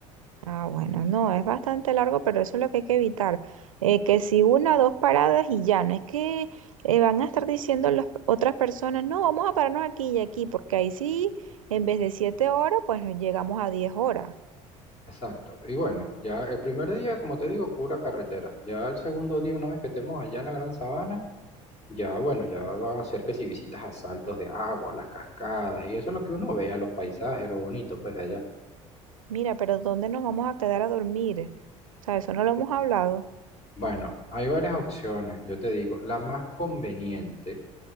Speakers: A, on the right; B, on the left.
A: Ah, bueno, no, es bastante largo, pero eso es lo que hay que evitar. Eh, que si una, dos paradas y ya, no es que eh, van a estar diciendo las otras personas, no, vamos a pararnos aquí y aquí, porque ahí sí, en vez de siete horas, pues nos llegamos a diez horas.
B: Exacto. Y bueno, ya el primer día, como te digo, pura carretera. Ya el segundo día, una vez que estemos allá en la Gran Sabana, ya bueno, ya van a ser que si visitas a saltos de agua, las cascadas, y eso es lo que uno ve, a los paisajes, lo bonito, pues de allá.
A: Mira, pero ¿dónde nos vamos a quedar a dormir? O sea, eso no lo hemos hablado.
B: Bueno, hay varias opciones, yo te digo, la más conveniente,